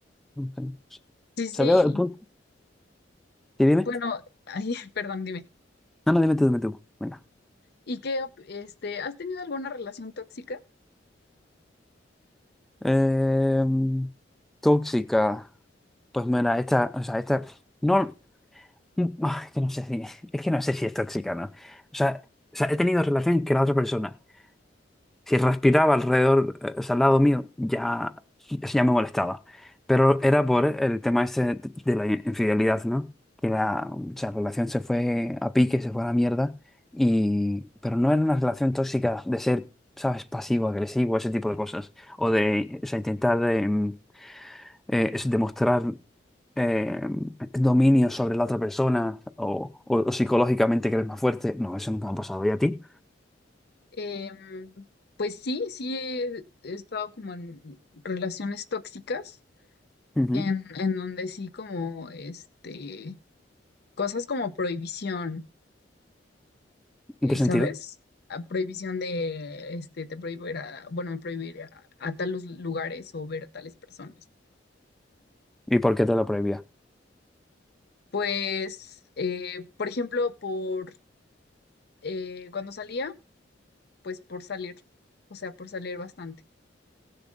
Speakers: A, in the centre; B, on the left (about 60°).
A: No sé.
B: Sí, sí,
A: Se veo el punto. Sí, dime.
B: bueno, ay, <laughs> perdón, dime.
A: No, no, dime tú, dime tú. Venga.
B: ¿Y qué, op- este, has tenido alguna relación tóxica?
A: Em, tóxica. Pues mira, esta, o sea, esta, no, ah, que no sé si, es que no sé si es tóxica, ¿no? O sea, o sea, he tenido relación que la otra persona, si respiraba alrededor, eh, o sea, al lado mío, ya, eso ya me molestaba. Pero era por el tema ese de de la infidelidad, ¿no? Que la, o sea, la relación se fue a pique, se fue a la mierda, y, pero no era una relación tóxica de ser, ¿sabes? Pasivo, agresivo, ese tipo de cosas. O de, o sea, intentar... em, eh, es demostrar eh, dominio sobre la otra persona o, o- o psicológicamente que eres más fuerte. No, eso nunca me ha pasado. ¿Y a ti?
B: Em, pues sí, sí he, he estado como en relaciones tóxicas,
A: Ujú.
B: en, en donde sí como, este, cosas como prohibición, eh,
A: ¿En qué sentido?
B: ¿sabes? A prohibición de, este, te prohíbo ir a, bueno, me prohíbo ir a, a tales lugares o ver a tales personas.
A: ¿Y por qué te lo prohibía?
B: Pues, eh, por ejemplo, por, eh, cuando salía, pues por salir, o sea, por salir bastante,